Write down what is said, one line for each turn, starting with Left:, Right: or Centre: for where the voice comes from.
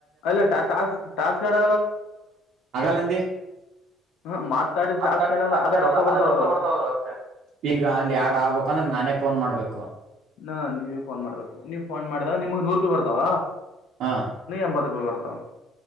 Left: ಅಲ್ಲ ಟಾಸ್ಕ್ ಟಾಸ್ಕ್ ಯಾಡ
Right: ಹಾಗಲ್ಲಂದಿ
Left: ಹ್ಮ ಮಾತಾಡಿದ
Right: ಆದ್ರೆ
Left: ಟಾಸ್ಕ್ ಆ್ಯಡ್ ಆಗಲ್ಲ ಆದ್ರ ಬರ್ತಾವ್ರು
Right: ರೊಕ್ಕ ಬರ್ತದ್ರು ಅಷ್ಟೇ ಈಗ ಅಲ್ಲಿ ಆಡ್ ಆಗಬೇಕಂದ್ರೆ ನಾನೇ ಫೋನ್ ಮಾಡ್ಬೇಕು
Left: ನಾ ನೀವೇ ಫೋನ್ ಮಾಡ್ಬೇಕು ನೀವ್ ಫೋನ್ ಮಾಡಿದಾಗ ನಿಮ್ಗ ನೂರು ರೂಪಾಯಿ ಬರ್ತಾವ.
Right: ಆ
Left: ತೊಂಬತ್ ರೂಪಾಯಿ ಬರ್ದ